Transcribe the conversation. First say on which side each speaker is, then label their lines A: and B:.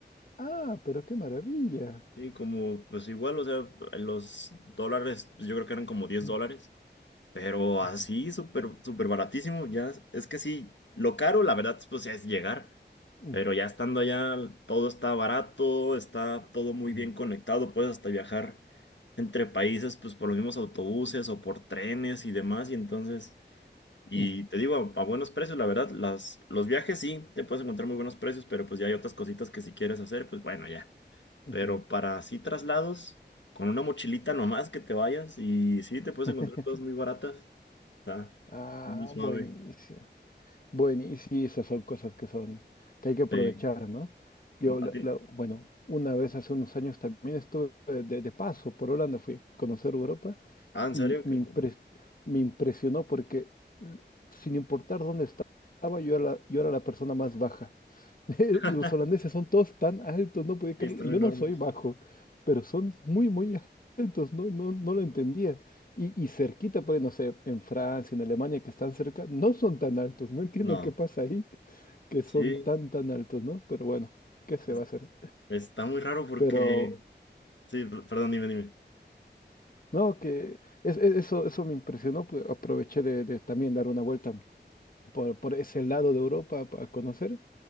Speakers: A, on the left (about 50°); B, on the left (about 85°).
A: ah, pero qué maravilla.
B: Sí, como, pues igual, o sea, los dólares, pues, yo creo que eran como diez
A: Mm,
B: dólares, pero
A: ujú,
B: así, súper, súper baratísimo, ya, es que sí, lo caro, la verdad, pues es llegar,
A: mm,
B: pero ya estando allá, todo está barato, está todo muy
A: mm,
B: bien conectado, puedes hasta viajar entre países, pues por los mismos autobuses o por trenes y demás, y entonces, y
A: mm,
B: te digo, a, a buenos precios, la verdad, las, los viajes sí, te puedes encontrar muy buenos precios, pero pues ya hay otras cositas que si quieres hacer, pues bueno, ya.
A: ujú.
B: Pero para así traslados, con una mochilita nomás que te vayas y sí, te puedes
A: <laughs>
B: encontrar cosas muy baratas. Está
A: Ah,
B: muy suave.
A: buenísimo. Buenísimo, esas son cosas que son, que hay que aprovechar,
B: Sí.
A: ¿no? Yo,
B: ¿Tú-
A: la-
B: a ti-
A: la- bueno, una vez hace unos años también estuve de, de paso por Holanda, fui a conocer Europa
B: Ah, ¿en
A: y
B: serio?
A: me,
B: Qué
A: impres-
B: bueno.
A: me impresionó porque l- sin importar dónde estaba, yo era la, yo era la persona más baja. <laughs>
B: <laughs>
A: Los holandeses son todos tan altos, no podía creerlo.
B: Sí, están
A: y Yo
B: enormes.
A: no soy bajo, pero son muy, muy altos, no, no, no lo entendía. Y, y cerquita, por ahí, no sé, en Francia, en Alemania, que están cerca, no son tan altos. No entiendo
B: No,
A: qué pasa ahí, que son
B: sí,
A: tan, tan altos, ¿no? Pero bueno, ¿qué se
B: es-
A: va a hacer?
B: está muy raro porque...
A: Pero,
B: Sí, per- perdón, dime, dime.
A: no, que es- es- eso, eso me impresionó, pues, aproveché de, de también dar una vuelta por, por ese lado de Europa a conocer.